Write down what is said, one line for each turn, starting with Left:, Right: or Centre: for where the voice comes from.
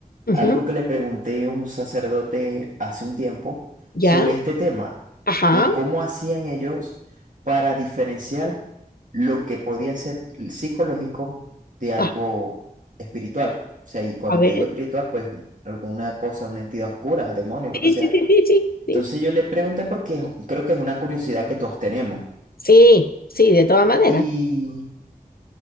Left: Ujú,
Right: algo que le pregunté a un sacerdote hace un tiempo
Left: Ya,
Right: sobre este tema,
Left: ajá.
Right: de cómo hacían ellos para diferenciar lo que podía ser psicológico de algo
Left: Ah,
Right: espiritual. O sea, y cuando
Left: a ver.
Right: te digo espiritual, pues alguna cosa, una entidad oscura, demonio, lo
Left: Sí,
Right: que sea.
Left: sí, sí, sí, sí, sí.
Right: Entonces yo le pregunté porque creo que es una curiosidad que todos tenemos.
Left: Sí, sí, de todas maneras.
Right: Y